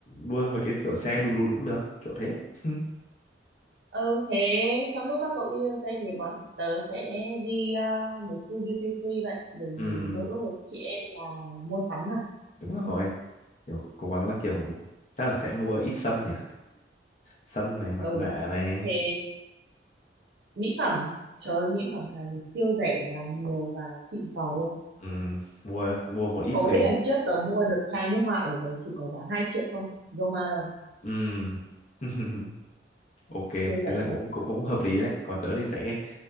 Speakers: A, on the left (about 40°); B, on the right (about 65°).
A: đua với cái kiểu xe lùn lùn cũng được, kiểu thế. <laughs>
B: Ừ, thế trong lúc các cậu đi USA thì bọn tớ sẽ đi ờ, mấy khu duty free vậy. Bởi vì
A: Ừ,
B: mơ ước của chị em là mua sắm mà.
A: đúng rồi. kiểu cố gắng là kiểu chắc là sẽ mua ít sâm nhỉ sâm này mặt
B: Ừ,
A: nạ này
B: thế mỹ phẩm trời ơi, mỹ phẩm Hàn thì siêu rẻ và nhiều và xịn sò luôn
A: Ừm, mua mua một ít
B: cậu
A: về
B: có biết lần trước tớ mua được chai nước hoa ở đấy chỉ có giá 2 triệu không Zoma là
A: Ừm. <laughs> ok thế
B: siêu rẻ
A: là cũng
B: luôn
A: cũng cũng hợp lý đấy còn tớ thì sẽ